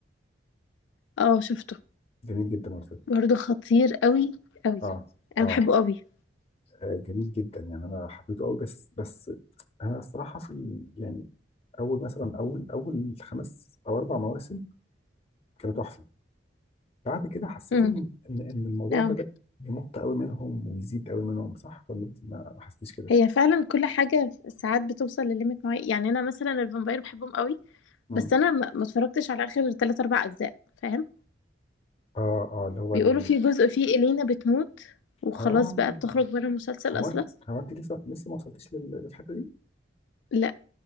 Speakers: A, on the left (about 85°); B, on the left (about 35°).
A: اه شفته
B: جميل جدا على فكرة
A: برضه خطير قوي قوي
B: اه
A: انا
B: اه
A: بحبه قوي
B: آه، جميل جدا يعني انا حبيته قوي بس بس انا الصراحة في ال- يعني اول مثلا اول اول خمس او اربع مواسم كانوا تحفة بعد كده حسيت
A: امم
B: ان ان إن الموضوع
A: اه
B: بدأ يمط قوي منهم ويزيد قوي منهم صح ولا انت ما ما حسيتيش كده
A: هي فعلا كل حاجة ساعات بتوصل لليميت معين يعني أنا مثلا الفامباير بحبهم قوي
B: امم
A: بس أنا ما ما اتفرجتش على آخر تلات أربع أجزاء فاهم
B: اه اه اللي هو
A: بيقولوا
B: ال...
A: في جزء فيه إلينا بتموت وخلاص
B: اه
A: بقى بتخرج بره المسلسل
B: هو
A: أصلا
B: انت هو انت لسه لسه ما وصلتيش لل- للحته دي
A: لا